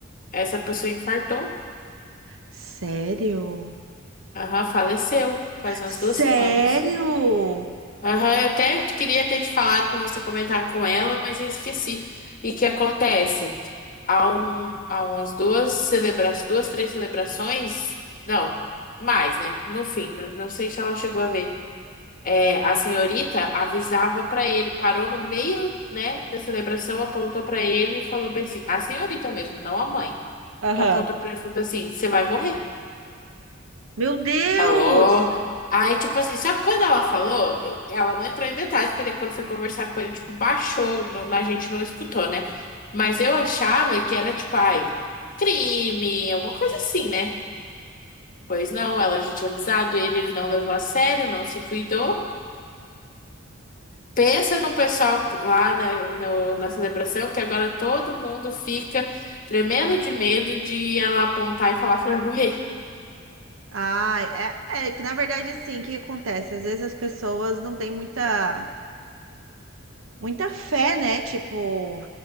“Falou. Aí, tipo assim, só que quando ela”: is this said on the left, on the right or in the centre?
Left